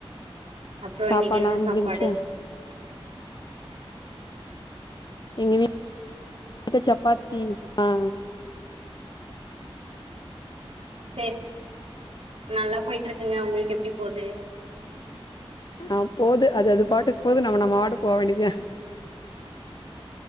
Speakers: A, on the right; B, on the left.
A: அப்றோ
B: சாப்பாட்லா
A: இன்னைக்கு என்ன சாப்பாடு
B: முடிஞ்ச்சா எங்க வீட்ல சப்பாத்தி ஆ
A: சேரி நல்லா போயிற்றுக்குங்க உங்குளுக் எப்டி போது
B: ஆ போது அது அது பாட்டுக் போது நம்ம நம்ம பாட்டுக் போ வேண்டிதா